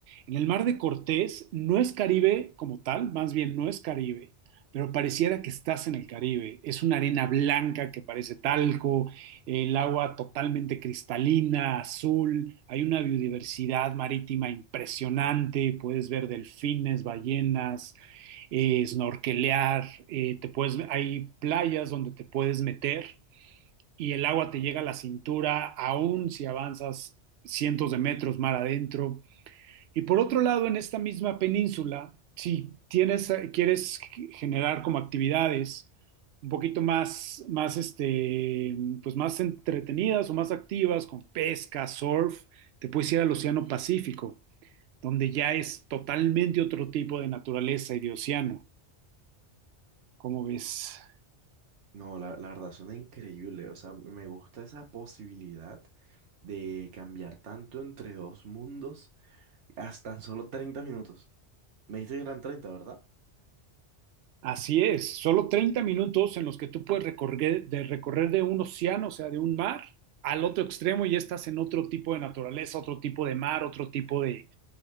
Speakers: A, on the right; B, on the right.
A: En el mar de Cortés no es Caribe como tal, más bien no es Caribe, pero pareciera que estás en el Caribe. Es una arena blanca que parece talco, el agua totalmente cristalina, azul, hay una biodiversidad marítima impresionante, puedes ver delfines, ballenas, eh, snorkelear, eh, te puedes, hay playas donde te puedes meter y el agua te llega a la cintura, aún si avanzas cientos de metros mar adentro. Y por otro lado, en esta misma península, si tienes, quieres generar como actividades un poquito más, más, este, pues más entretenidas o más activas, con pesca, surf, te puedes ir al Océano Pacífico, donde ya es totalmente otro tipo de naturaleza y de océano. ¿Cómo ves?
B: No, la, la verdad suena increíble. O sea, me gusta esa posibilidad de cambiar tanto entre dos mundos hasta tan solo 30 minutos. Me dijiste que eran 30, ¿verdad?
A: Así es, solo 30 minutos en los que tú puedes recorrer de, recorrer de un océano, o sea, de un mar al otro extremo y ya estás en otro tipo de naturaleza, otro tipo de mar, otro tipo de,